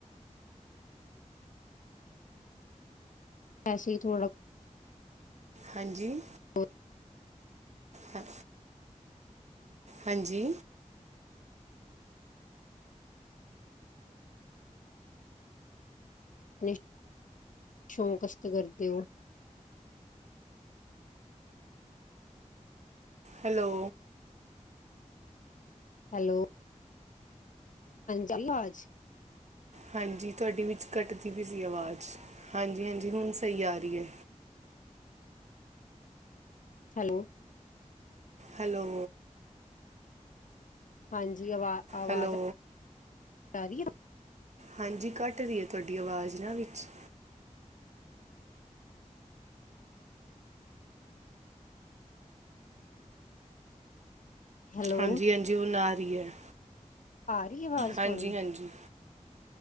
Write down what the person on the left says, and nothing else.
ਵਸੇ ਹੀ ਥੋੜਾ।
ਬਹੁਤ
ਨਈ ਸ਼ੌਕ ਸ ਕਰਦੇ ਹੋ।
ਹੈਲੋ ਚਲਾ ਆਜ।
ਹੈਲੋ।
ਹਾਂਜੀ, ਆਵਾ ਆਵਾਜ਼,
ਆ ਰਹੀ ਅ,
ਹੈਲੋ
ਆ ਰਹੀ ਆਵਾਜ਼
ਤੁਹਾਨੂੰ